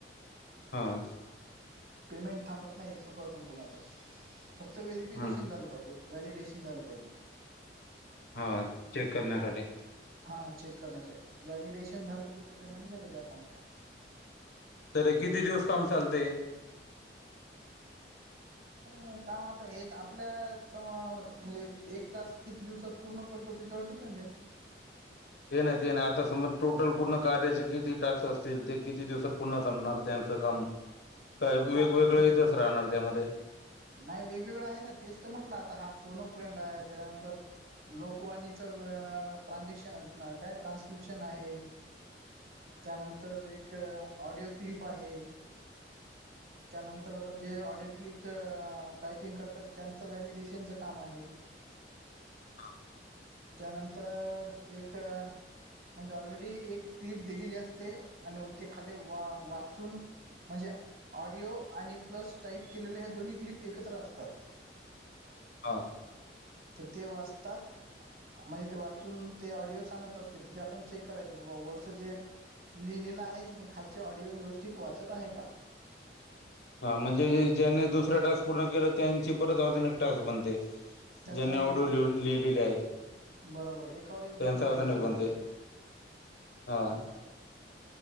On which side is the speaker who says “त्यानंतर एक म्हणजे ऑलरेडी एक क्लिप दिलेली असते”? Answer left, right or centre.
Right